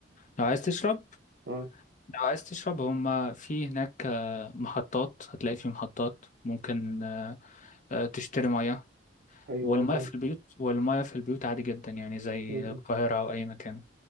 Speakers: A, on the left; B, on the right.
A: لو عايز تشرب
B: اه
A: لو عايز تشرب هم في هناك آه، محطات هتلاقي في محطات ممكن آه، آه، تشتري مية
B: ايوه
A: والمية
B: اه فهمت
A: في البيوت والمية في البيوت عادي جدا يعني زي
B: مم. مم.
A: القاهرة أو أي مكان